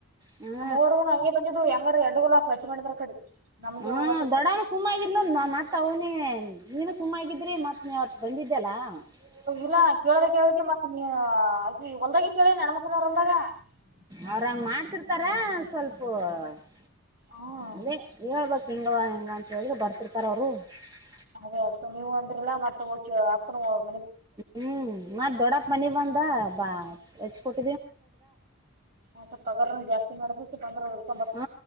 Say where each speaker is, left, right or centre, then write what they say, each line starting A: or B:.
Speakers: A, on the right; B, on the right.
A: ಹ್ಮ,
B: ನಮ್ಮವರುನು ಹಂಗೆ ಬಂದಿದ್ದು ಹೆಂಗಾರ ಎಡ್ಡುಗುಲ ಸ್ವಚ್ಛ ಮಾಡಿದ್ರ ಕಡಿ ನಮ್ಗೆ
A: ಹ್ಮ,
B: ಹೋಗತಿತ್ತು
A: ದೊಡ್ಡವನು, ಸುಮ್ನೆ. ಇರುಲ್ಲ. <unintelligible> ಮತ್ತತ್, ಅವನೇ ನೀನು, ಸುಮ್ಮಾಗಿದ್ರಿ ಮತ್ ನೀವತ್ತು, ಬಂದಿದ್ದಲ್ಲ? <unintelligible>
B: ಇಲ್ಲ ಕೇಳದ ಕೇಳಿದ್ರಿ ಮತ್ತ ನೀನು, ಹೊಳದಾಗ ಕೇಳಿ! ಹೊಳದಾಗ, ಕೇಳಿ ನೀ ಹೆಣ್ಮಕ್ಳದಾಗ.. <unintelligible>
A: ಅವ್ರಂಗ ಮಾಡ್ತಿರ್ತಾರಿ, ಸ್ವಲ್ಪ. <unintelligible>
B: ಹ್ಮ್
A: ಅದೇ, ಹೇಳ್ಬೇಕು, ಹಾಂಗೆ, ಹಿಂಗೆ, ಅಂತ ಹೇಳಿದ್ರರು ಬರ್ತಿರ್ತಾರ ಅವರು. <unintelligible>
B: ಅದೇ, ಅದುಕ್ಕೆ, ನೀವು ಅಂದ್ರೆಲ್ಲಾ! ಮತ್ತೆ ಹೋಗಿ, ಅಪ್ಪನು. <unintelligible>
A: ಹ್ಮ್, ಮತ್, ದೊಡ್ಡಪ್ಪ, ಮನಿ ಬಂದ ಬಾ ಹಾಚುಕೊಟ್ಟು. <unintelligible>
B: ಅತ್ತು, ಪವರ್, ಜಾಸ್ತಿ, ಮಾಡುಅನುತೈಥಿ. <unintelligible>
A: ಹ್ಮ,